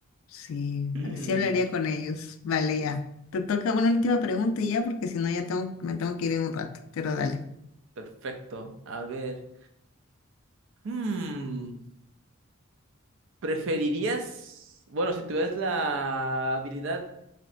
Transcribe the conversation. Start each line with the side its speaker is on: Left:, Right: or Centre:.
Left: Sí,
Right: Hmm,
Left: así hablaría con ellos. Vale, ya. Te toca una última pregunta y ya, porque si no ya tengo, me tengo que ir en un rato, pero dale.
Right: perfecto. A ver. Hmm, ¿preferirías, bueno, si tuvieras la habilidad